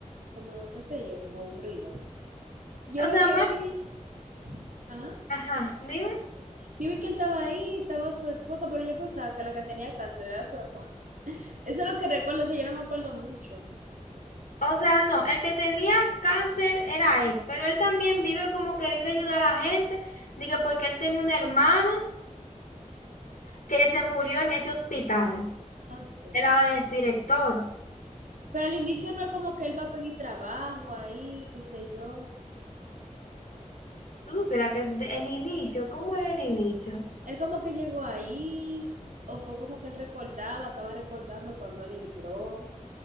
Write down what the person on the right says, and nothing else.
como, qué sé yo, como aburrida. Yo
lo
que
vi, ajá,
yo vi que él estaba ahí, estaba su esposa, pero yo pensaba que la que tenía cáncer era su esposa. <laughs> Eso es lo que recuerdo, o sea, yo no me acuerdo mucho.
Okay.
Pero al inicio no es como que él va a pedir trabajo ahí, qué sé yo.
Él como que llegó ahí, o fue como que él recordaba, estaba recordando cuando él entró,